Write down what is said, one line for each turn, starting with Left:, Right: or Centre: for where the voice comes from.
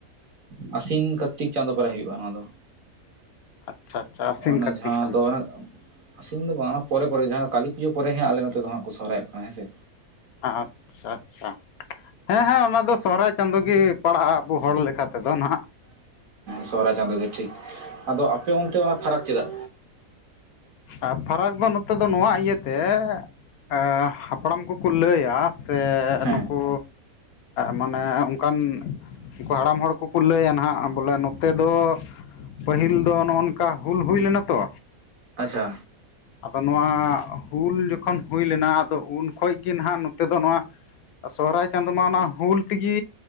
Right: ᱟᱥᱤᱱ ᱠᱟᱨᱛᱤᱠ ᱪᱟᱸᱫᱳ ᱯᱚᱨᱮ ᱦᱳᱭᱳᱼᱟ ᱚᱱᱟ ᱫᱚ
Left: ᱟᱪᱪᱷᱟ ᱟᱪᱪᱷᱟ ᱟᱥᱤᱱ
Right: ᱚᱱᱟ
Left: ᱠᱟᱨᱛᱤᱠ
Right: ᱡᱟᱦᱟᱸ
Left: ᱪᱟᱸᱫ
Right: ᱫᱚ ᱟᱥᱤᱱ ᱫᱚ ᱵᱟᱝ ᱯᱚᱨᱮ ᱯᱚᱨᱮ ᱡᱟᱦᱟᱸ ᱫᱚ ᱠᱟᱹᱞᱤ ᱯᱩᱡᱟᱹ ᱯᱚᱨᱮ ᱦᱟᱸᱜ ᱠᱚ ᱥᱚᱨᱦᱟᱭᱚᱜ ᱠᱟᱱᱟ ᱦᱮᱸ ᱥᱮ
Left: ᱟᱪᱪᱷᱟ ᱟᱪᱪᱷᱟ ᱦᱮᱸ ᱦᱮᱸ ᱚᱱᱟ ᱫᱚ ᱥᱚᱦᱨᱟᱭ ᱪᱟᱸᱫᱳ ᱜᱮ ᱯᱟᱲᱟᱜᱼᱟ ᱟᱵᱚ ᱦᱚᱲ ᱞᱮᱠᱟ ᱛᱮᱫᱚ ᱦᱟᱸᱜ
Right: ᱥᱚᱦᱚᱨᱟᱭ ᱪᱟᱸᱫᱳ ᱜᱮ ᱴᱷᱤᱠ ᱟᱫᱚ ᱟᱯᱮ ᱚᱱᱛᱮ ᱚᱱᱟ ᱯᱷᱟᱨᱟᱠ ᱪᱮᱫᱟᱜ
Left: ᱟᱨ ᱯᱷᱟᱨᱟᱠ ᱫᱚ ᱱᱚᱛᱮ ᱫᱚ ᱱᱚᱣᱟ ᱤᱭᱟᱹᱛᱮ ᱛᱮ ᱦᱟᱯᱲᱟᱢ ᱠᱚᱠᱚ ᱞᱟᱹᱭᱟ ᱥᱮ
Right: ᱦᱮᱸ
Left: ᱱᱩᱠᱩ ᱢᱟᱱᱮ ᱚᱱᱠᱟᱱ ᱩᱱᱠᱩ ᱦᱟᱲᱟᱢ ᱦᱚᱲ ᱠᱚᱠᱚ ᱞᱟᱹᱭᱟ ᱦᱟᱸᱜ ᱵᱚᱞᱮ ᱱᱚᱛᱮ ᱫᱚ ᱯᱟᱹᱦᱤᱞ ᱫᱚ ᱱᱚᱜᱼ ᱱᱚᱝᱠᱟ ᱦᱩᱞ ᱦᱩᱭ ᱞᱮᱱᱟ ᱛᱚ
Right: ᱟᱪᱪᱷᱟ
Left: ᱟᱫᱚ ᱱᱚᱣᱟ ᱦᱩᱞ ᱡᱚᱠᱷᱚᱱ ᱦᱩᱭ ᱞᱮᱱᱟ ᱟᱫᱚ ᱩᱱ ᱠᱷᱚᱱ ᱜᱮ ᱱᱟᱦᱟᱸᱜ ᱱᱚᱛᱮ ᱫᱚ ᱱᱚᱣᱟ ᱥᱚᱦᱚᱨᱟᱭ ᱪᱟᱸᱫᱳ ᱢᱟ ᱚᱱᱟ ᱦᱩᱞ ᱛᱮᱜᱮ